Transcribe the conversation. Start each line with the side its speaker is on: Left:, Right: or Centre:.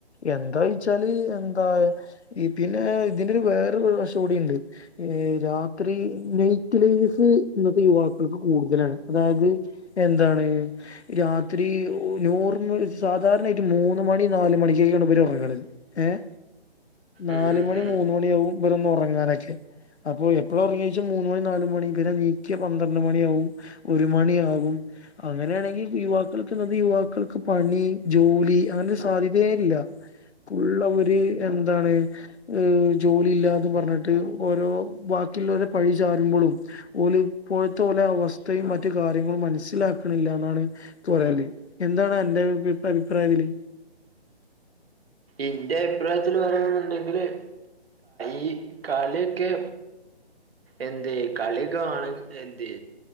Left: എന്താ ചോദിച്ചാല് എന്താ പിന്നെ ഇതിന്റെ ഒരു വേറൊരു വേർഷൻ കൂടി ഉണ്ട് ഏഹ് രാത്രി നൈറ്റ്, ലൈഫ് ഇന്നത്തെ യുവാക്കൾക്ക് കൂടുതലാണ് അതായത് എന്താണ് രാത്രി നോർമൽ സാധാരണ ഒരു മൂന്ന് മണി നാല് മണിക്കൊക്കാണ് ഇവർ ഉറങ്ങുന്നത് ഏഹ് നാല്
Right: ഉം ഉം
Left: മണി
Right: ഉം
Left: മൂന്ന് മണിയ ആകും ഇവർ ഒന്ന് ഉറങ്ങാനൊക്കെ അപ്പൊ എപ്പോഴും ഉറങ്ങാ എന്ന് ചോദിച്ചാൽ മൂന്ന് മണി നാല് മണി പിന്നെ എനിക പന്ത്രണ്ട് മണിയാവും ഒരു മണിയാകും അങ്ങനെയാണെങ്കിൽ യുവാക്കൾക്ക് യുവാക്കൾക്ക് പണി ജോലി അങ്ങനൊരു സാധ്യതയില്ലഫുൾ അവര് എന്താണ് ഏഹ് ജോലി ഇല്ലന്ന് പറഞ്ഞിട്ട് ഓരോ വാക്കിയുള്ളവരെ പഴി ചാരുമ്പോഴും ഒരുല ഇപ്പോഴത്തെ ലെ അവസ്ഥയും മറ്റു കാര്യങ്ങളും മനസ്സിലാക്കണില്ല എന്നാണ് കുറല്ലേ എന്താണ് അന്റെ അഭിപ്രായം ഇതില്
Right: എന്റെ അഭിപ്രായത്തിൽ പറയണുണ്ടെങ്കില് ഈ കളിയൊക്കെ എന്തെ കളിയൊക്കെ വേണം എന്തെ